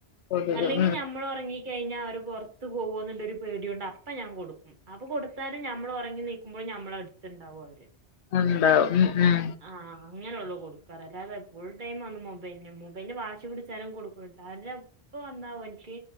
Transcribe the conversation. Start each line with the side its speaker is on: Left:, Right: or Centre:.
Left: കൊതുക്
Right: അല്ലെങ്കി
Left: ഉം
Right: ഞമ്മളൊറങ്ങി കെയിഞ്ഞാ അവര് പൊറത്ത്പോവൊന്നുളളൊരു പേടിയോണ്ട് അപ്പ ഞാകൊടുക്കു അപ്പൊ കൊടുത്താലും ഞമ്മള് ഒറങ്ങി നീക്കുമ്പോഴും ഞമ്മള അടുത്തുണ്ടാവു അവര്
Left: ഉണ്ടാവും ഉം ഉം
Right: ആഹ് അങ്ങനുള്ളൂ കൊടുക്കാറ് അല്ലാതെ ഫുൾടൈം ഒന്നുമൊബൈലിന് മുബൈലിന് വാശി പിടിച്ചാലും കൊടുക്കൂട്ടാല്ല അര ഇപ്പ വന്നാഓൻക്ക്